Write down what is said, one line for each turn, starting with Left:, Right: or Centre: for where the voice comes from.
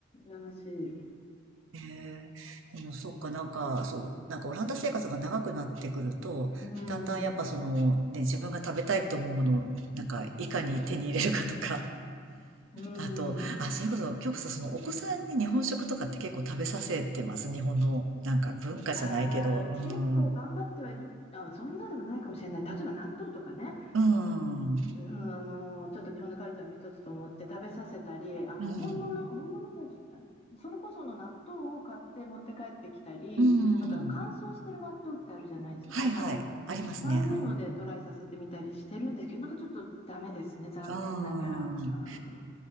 Left: 羨ましい。
Right: へえ。でも、そっか、なんか、そう、なんかオランダ生活が長くなってくると、
Left: うん、
Right: だんだんやっぱその、ね、自分が食べたいと思うものを、なんか、いかに手に入れるかとか、
Left: うん。
Right: あと、あ、それこそ、今日こそその、お子さんに日本食とかって結構食べさせてます。日本の、なんか、文化じゃないけど、
Left: いやー、
Right: うん、
Left: 結構頑張ってはいる。
Right: う
Left: あ、そんなでもないかもしれない。例えば納豆とかね。
Right: ん、
Left: うん、あの、ちょっと日本のカルチャーの一つと思って食べさせたり、あの、
Right: うん、
Left: 本物、本物なんていうかね、それこその納豆を買って持って帰ってきたり、
Right: うん。
Left: あとは乾燥してる納豆ってあるじゃないですか、
Right: はいはい。
Left: パラパラの。
Right: ありますね。
Left: ああいうのでトライさせてみたりしてるんですけど、
Right: うん。
Left: なんかちょっとダメですね、残念ながら。
Right: うん。
Left: うん、